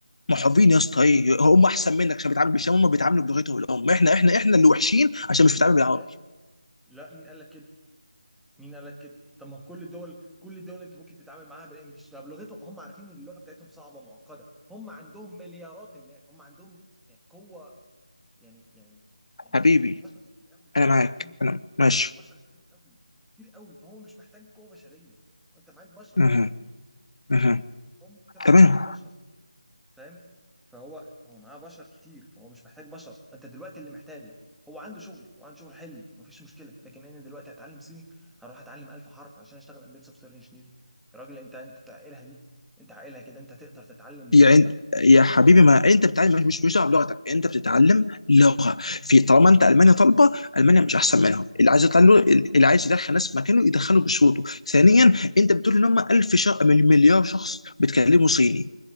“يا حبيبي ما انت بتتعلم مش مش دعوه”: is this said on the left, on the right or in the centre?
Left